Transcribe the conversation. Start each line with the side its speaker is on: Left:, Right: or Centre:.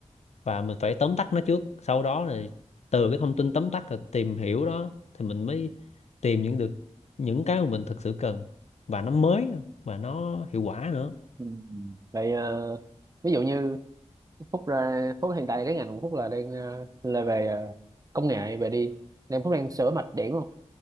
Left: và mình phải tóm tắt nó trước sau đó là từ cái thông tin tóm tắt là tìm hiểu đó thì mình mới tìm những được những cái mà mình thực sự cần và nó mới và nó hiệu quả nữa
Right: ừ. vậy ờ, ví dụ như Phúc ra Phúc hiện tại cái ngành của Phúc là đang ờ, là về ờ, công nghệ về đi nên Phúc đang sửa mạch điện luôn